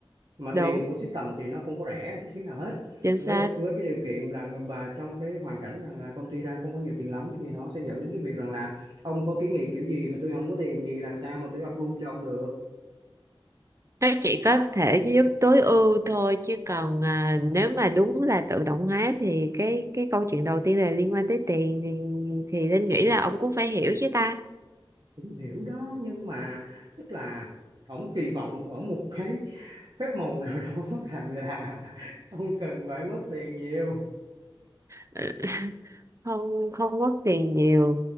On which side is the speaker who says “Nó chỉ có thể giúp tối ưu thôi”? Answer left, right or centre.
Right